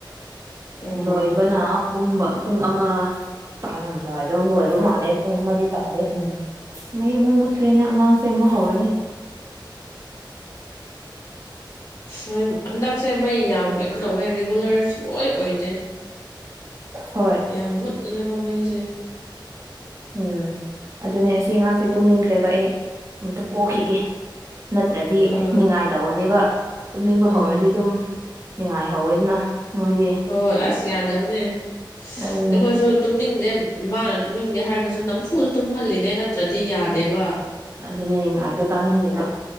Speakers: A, on the left; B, on the right.
A: ꯎꯝ
B: ꯂꯣꯏꯕꯅ ꯄꯨꯡ ꯄꯨꯡ ꯑꯃ ꯇꯥꯔꯝꯗꯥꯏꯗꯣ ꯂꯣꯏꯕ ꯃꯥꯜꯂꯦ ꯄꯨꯡ ꯑꯃꯗꯤ ꯇꯥꯗꯦ
A: ꯎꯝ
B: ꯃꯩ ꯑꯃꯨꯛ ꯃꯨꯠꯈ꯭ꯔꯦꯅ ꯑꯉꯥꯡꯁꯦ ꯑꯃꯨꯛ ꯍꯧꯔꯅꯤ
A: ꯑꯁ ꯍꯟꯗꯛꯁꯦ ꯃꯩ ꯌꯥꯝ ꯀꯩꯅꯣ ꯇꯧꯋꯦ ꯔꯤꯒꯨꯂꯔ ꯁꯨꯛꯑꯣꯏ ꯑꯣꯏꯗꯦ
B: ꯍꯣꯏ
A: ꯌꯥꯝ ꯃꯨꯠꯂꯦꯕ ꯃꯩꯁꯦ
B: ꯎꯝ ꯑꯗꯨꯅꯦ ꯑꯁꯤ ꯑꯉꯥꯁꯦ ꯇꯨꯝꯅꯤꯡꯈ꯭ꯔꯦꯕ ꯑꯩ ꯑꯝꯇ ꯄꯣꯈꯤꯒꯦ ꯅꯠꯇ꯭ꯔꯗꯤ
A: ꯑꯥ
B: ꯅꯤꯡꯉꯥꯏ ꯇꯧꯅꯦꯕ ꯇꯨꯝꯅꯤꯡꯕ
A: ꯎꯝ
B: ꯍꯧꯔꯗꯤ ꯗꯨꯝ ꯅꯤꯡꯉꯥꯏ ꯍꯧꯋꯦ ꯑꯗꯨꯅ ꯃꯣꯏꯗꯤ
A: ꯍꯣꯏ ꯍꯣꯏ ꯑꯁ ꯌꯥꯗꯕꯅꯦ
B: ꯑꯗꯨꯅꯦ
A: ꯑꯩꯈꯣꯏꯁꯨ ꯇꯨꯝꯅꯤꯡꯗꯦ ꯃꯥꯅ ꯇꯨꯝꯅꯤꯡꯗꯦ ꯍꯥꯏꯔꯒꯁꯨ ꯅꯝꯐꯨꯗ ꯇꯨꯝꯍꯜꯂꯤꯅꯦ ꯅꯠꯇ꯭ꯔꯗꯤ ꯌꯥꯗꯦꯕ
B: ꯑꯗꯨꯅꯦ ꯅꯤꯡꯉꯥꯏꯗꯣ ꯇꯥꯅꯤꯡꯗꯦꯕ